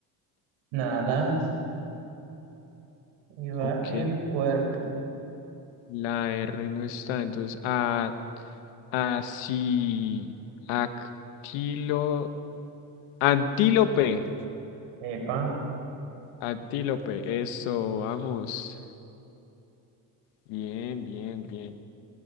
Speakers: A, on the right (about 85°); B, on the left (about 80°).
A: Nada. Y va
B: Ok.
A: el cuerpo.
B: La R no está, entonces a así actilo antílope.
A: Epa.
B: Antílope, eso, vamos. Bien, bien, bien.